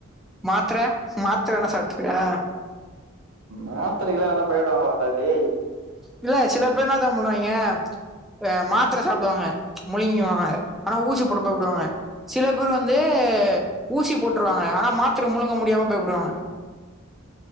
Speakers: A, in the centre; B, on the right.
A: மாத்தர மாத்தர எதனா சாப்ருவியா
B: மாத்தரைக்கெல்லா எவனா பயப்படுவாங்களாப்பாடா டே
A: இல்ல சில பேர் என்னா தெரிமா பண்ணுவாய்ங்க ஆ மாத்தர சாப்டுவாங்க முழங்கிவாங்க ஆனா ஊசி போட பயப்படுவாங்க சில பேர் வந்து ஊசி போட்ருவாங்க ஆனா மாத்தர முழுங்க முடியாம பயப்படுவாங்க
B: <inaudible>